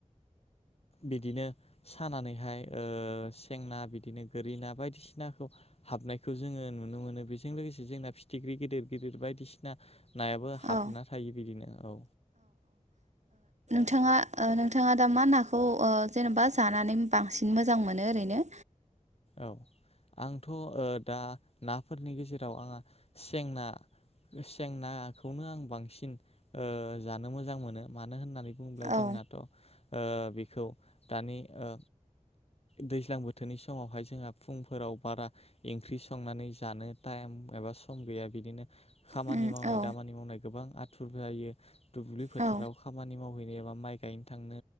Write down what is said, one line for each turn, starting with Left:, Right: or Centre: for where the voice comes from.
Left: बिदिनो सानानैहाय ओ सेंना बिदिनो गोरि ना बायदिसिनाखौ हाबनायखौ जोङो नुनो मोनो बेजों लोगोसे जोंना फिथिख्रि गिदिर गिदिर बायदिसिना नायाबो हाबना
Right: औ
Left: थायो बिदिनो औ।
Right: थाङा ओ नोंथाङा दा मा नाखौ ओ जेन'बा जानानै बांसिन मोजां मोनो ओरैनो?
Left: औ आंथ' ओ दा नाफोरनि गेजेराव आंहा सेंना सेंना खौनो आं बांसिन ओ जानो मोजां मोनो मानो होननानै बुंब्ला जोंनाथ'
Right: औ
Left: ओ बि खौ दानि ओ दैज्लां बोथोरनि सि समावहाय जोंहा फुंफोराव बारा एंख्रि संनानै जानो टाइम एबा सम गैया बिदिनो खामानि
Right: उम
Left: मावनाय
Right: औ
Left: दामानि मावनाय गोबां आथ थुर जायो। दुब्लि फोथाराव
Right: औ
Left: खामानि मावहैनो एबा माइ गायनो थांनो